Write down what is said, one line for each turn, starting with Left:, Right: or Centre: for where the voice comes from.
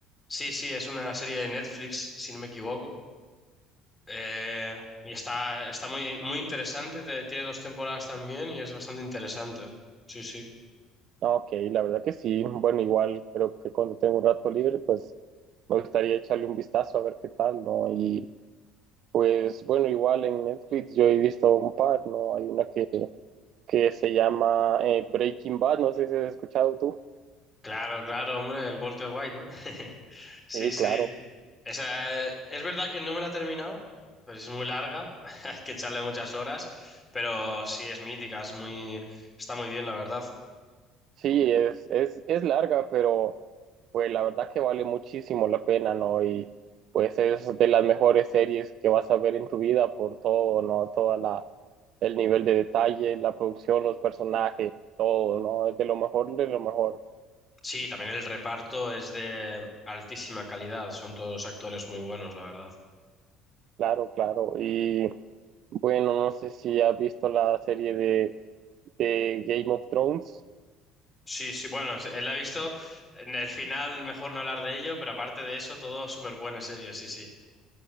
Left: Sí, sí, es una serie de Netflix, si no me equivoco. Eh, y está, está muy, muy interesante, te- tiene dos temporadas también y es bastante interesante. Sí, sí.
Right: Ah, Ok, la verdad que sí. Bueno, igual creo que cuando tengo un rato libre, pues me gustaría echarle un vistazo a ver qué tal, ¿no? Y pues bueno, igual en Netflix yo he visto un par, ¿no? Hay una que, que se llama eh, Breaking Bad, no sé si has escuchado tú.
Left: Claro, claro, hombre, el Walter White, ¿no? <laughs> Sí,
Right: Sí,
Left: sí.
Right: claro.
Left: Esa, eh, es verdad que no me la he terminado, pues es muy larga, <laughs> hay que echarle muchas horas, pero sí, es mítica, es muy, está muy bien, la verdad.
Right: Sí, es, es, es larga, pero pues la verdad que vale muchísimo la pena, ¿no? Y pues es de las mejores series que vas a ver en tu vida por todo, ¿no? Toda la, el nivel de detalle, la producción, los personajes, todo, ¿no? Es de lo mejor, de lo mejor.
Left: Sí, también el reparto es de altísima calidad, son todos actores muy buenos, la verdad.
Right: Claro, claro. Y bueno, no sé si has visto la serie de, de Game of Thrones.
Left: Sí, sí, bueno, él la ha visto en el final, mejor no hablar de ello, pero aparte de eso, todo súper buena serie, sí, sí.